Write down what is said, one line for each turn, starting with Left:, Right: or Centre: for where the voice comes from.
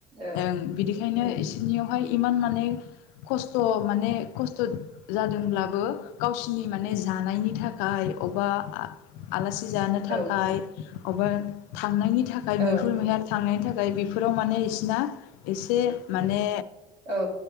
Right: औ
Left: ओं बिदिखायनो
Right: उम
Left: इसिनियावहाय। इमान माने खस्थ' माने खस्थ' जादोंब्लाबो गावसिनि माने जानायनि थाखाय अबा आलासि सि जानो थाखाय
Right: औ ओ
Left: अबा था थांनायनि थाखाय
Right: औ
Left: मैहुर मैहार थांनायनि थाखाय जाय बेफोराव माने बिसिना एसे माने
Right: औ